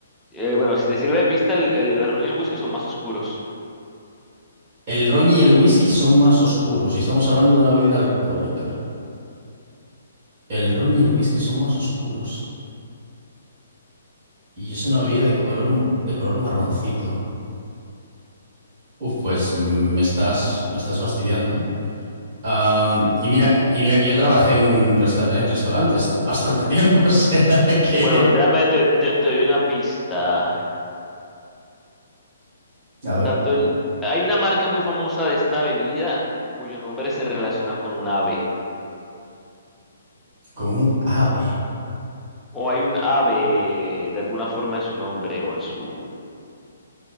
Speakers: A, in the centre; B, on the right (about 35°).
A: Eh, bueno, si te sirve de pista, el, el ron y el whisky son más oscuros.
B: El ron y el whisky son más oscuros y estamos hablando de una bebida alcohólica. El ron y el whisky son más oscuros. Y es una
A: Para
B: bebida
A: mí, esa,
B: de color, de color marroncito. Uf, pues mm, me estás, me estás fastidiando, ¿eh? Am,
A: esa es
B: y
A: sencilla.
B: mira, y mira que yo trabajé en un restaurante, en restaurantes bastante tiempo, <laughs> o sea que...
A: Bueno, déjame, te, te, te doy una pista.
B: A ver,
A: Tanto el, hay una marca muy famosa de esta bebida cuyo nombre se relaciona con un ave.
B: con un ave.
A: O hay un ave de alguna forma en su nombre o en su...